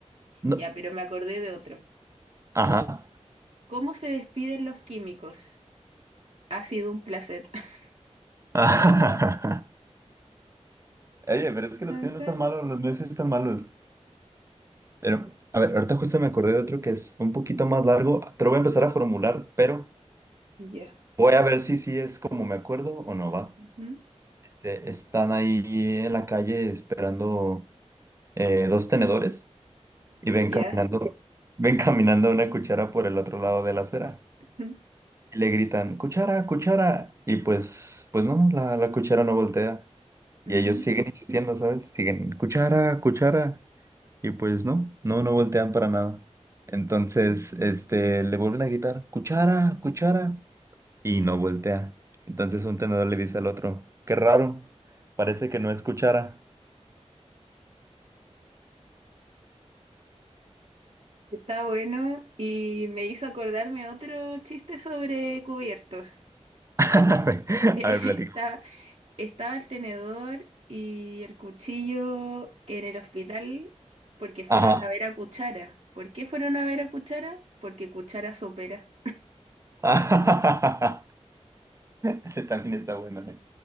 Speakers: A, on the right; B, on the right.
A: No,
B: Ya, pero me acordé de otro.
A: ajá.
B: ¿Cómo se despiden los químicos? Ha sido un placer. <laughs>
A: <laughs> Oye, pero es que los
B: Tan,
A: tuyos
B: tan.
A: no están malos, los míos sí están malos. Pero, a ver, ahorita justo me acordé de otro que es un poquito más largo. Te lo voy a empezar a formular, pero
B: ya.
A: voy a ver si sí es como me acuerdo o no va.
B: Ujú.
A: Este, están ahí en la calle esperando eh, dos tenedores y ven
B: Ya.
A: caminando, ven caminando una cuchara por el otro lado de la acera.
B: Ujú.
A: Y le gritan, cuchara, cuchara. Y pues, pues no, la, la cuchara no voltea. Y
B: Ujú.
A: ellos siguen insistiendo, ¿sabes? Siguen, cuchara, cuchara. Y pues no, no, no voltean para nada. Entonces, este, le vuelven a gritar, cuchara, cuchara. Y no voltea. Entonces un tenedor le dice al otro, qué raro, parece que no es cuchara.
B: Está bueno y me hizo acordarme otro chiste sobre cubiertos.
A: <laughs> A ver,
B: <laughs>
A: a ver, platica.
B: Está, estaba el tenedor y el cuchillo en el hospital porque fueron
A: Ajá.
B: a ver a Cuchara. ¿Por qué fueron a ver a Cuchara? Porque Cuchara sopera.
A: <laughs> Ese también está bueno, ¿eh?